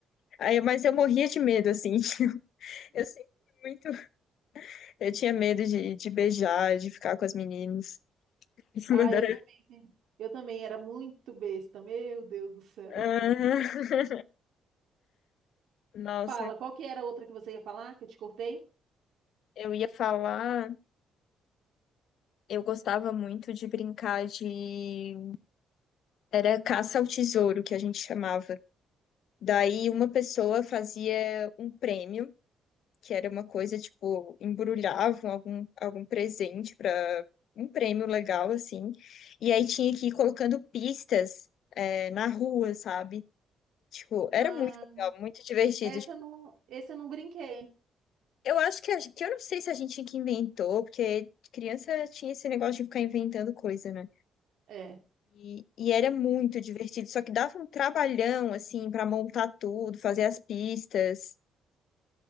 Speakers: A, on the left (about 70°); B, on the right (about 75°).
A: Aí, mas eu morria de medo, assim. <laughs> Eu sempre fui muito. Eu tinha medo de, de beijar, de ficar com as meninas. <laughs>
B: Ah,
A: Mas era-
B: eu também. sim. Eu também era muito besta, meu Deus do céu.
A: Ah, Nossa,
B: Fala, qual que era a outra que você ia falar, que eu te cortei?
A: eu ia falar. Eu gostava muito de brincar de. Era caça ao tesouro, que a gente chamava. Daí uma pessoa fazia um prêmio. que era uma coisa, tipo, embrulhavam algum, algum presente para um prêmio legal, assim. E aí tinha que ir colocando pistas, é, na rua, sabe? Tipo, era
B: Ah,
A: muito legal, muito divertido.
B: essa
A: Tipo,
B: eu não, essa eu não brinquei.
A: eu acho que, a gente- que eu não sei se a gente que inventou, porque criança tinha esse negócio de ficar inventando coisa, né?
B: É.
A: E, e era muito divertido, só que dava um trabalhão, assim, para montar tudo, fazer as pistas.